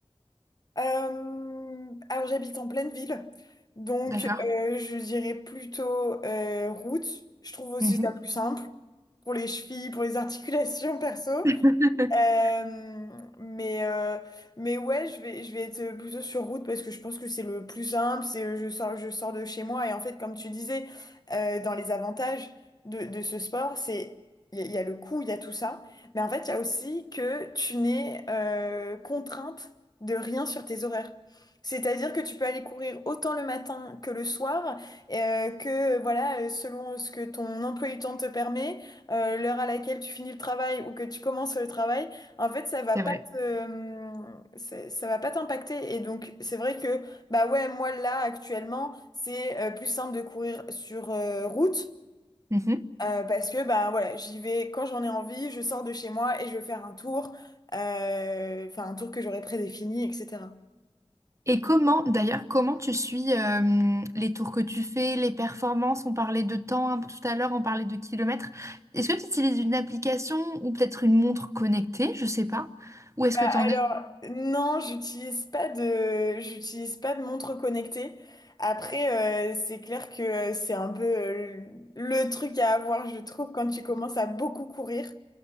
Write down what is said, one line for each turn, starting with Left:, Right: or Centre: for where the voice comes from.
Left: Euh, alors j'habite en pleine ville, donc
Right: D'accord.
Left: euh, je dirais plutôt euh, route. Je trouve aussi
Right: Mhm.
Left: ça plus simple pour les chevilles, pour les articulations <laughs> perso.
Right: <laughs>
Left: Euh, mais, euh, mais ouais, je vais, je vais être plutôt sur route parce que je pense que c'est le plus simple. C'est euh, je sors, je sors de chez moi. Et en fait, comme tu disais, euh, dans les avantages de, de ce sport, c'est il y, a il y a le coût, il y a tout ça. Mais en fait, il y a aussi que tu n'es euh, contrainte de rien sur tes horaires. C'est-à-dire que tu peux aller courir autant le matin que le soir, euh, que voilà, euh, selon ce que ton emploi du temps te permet euh, l'heure à laquelle tu finis le travail ou que tu commences le travail, en fait, ça va
Right: C'est
Left: pas
Right: vrai.
Left: te, euh, ça ça va pas t'impacter. Et donc, c'est vrai que, bah ouais, moi là, actuellement, c'est euh, plus simple de courir sur euh, route
Right: Mhm.
Left: euh, parce que, bah voilà, j'y vais quand j'en ai envie, je sors de chez moi et je vais faire un tour, euh, enfin, un tour que j'aurais prédéfini, etc.
Right: Et comment, d'ailleurs, comment tu suis euh, les tours que tu fais, les performances? On parlait de temps hein, tout à l'heure, on parlait de kilomètres. Est-ce que tu utilises une application ou peut-être une montre connectée? Je sais pas. Où est-ce
Left: Bah
Right: que tu en
Left: alors,
Right: es?
Left: non, j'utilise pas de, j'utilise pas de montre connectée. Après, euh, c'est clair que euh, c'est un peu euh, le truc à avoir, je trouve, quand tu commences à beaucoup courir.